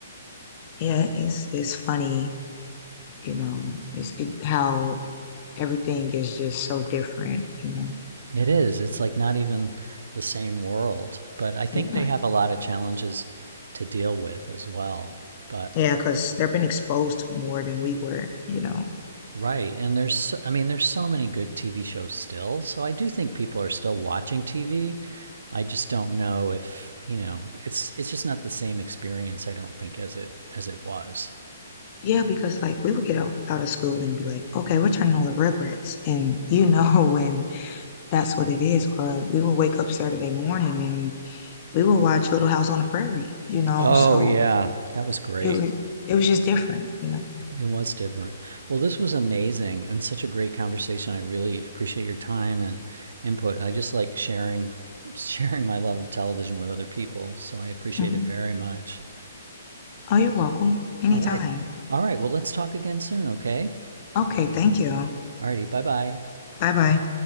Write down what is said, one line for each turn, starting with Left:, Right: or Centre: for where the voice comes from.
Left: Yeah, it's it's funny, you know, it's it, how everything is just so different, you know.
Right: It is. It's like not even the same world. But I think
Left: Yeah.
Right: they have a lot of challenges to deal with as well. But
Left: Yeah, because they've been exposed to more than we were, you know.
Right: right, and there's so- I mean there's so many good TV shows still. So I do think people are still watching TV. I just don't know if, you know, it's it's just not the same experience I don't think as it as it was.
Left: Yeah, because like we would get out, out of school and be like, okay, we're turning on the Rugrats. And you know, <laughs> and that's what it is. Or we would wake up Saturday morning and we would watch Little House on the Prairie, you know.
Right: Oh
Left: So
Right: yeah, that was great.
Left: it was it was just different, you know.
Right: It was different. Well, this was amazing and such a great conversation. I really appreciate your time and input. I just like sharing <laughs> sharing my love of television with other people, so I appreciate
Left: hmm
Right: it very much.
Left: Oh, you're welcome. Anytime.
Right: All right. All right. Well, let's talk again soon, okay?
Left: Okay, thank you.
Right: All righty. Bye-bye.
Left: Bye bye.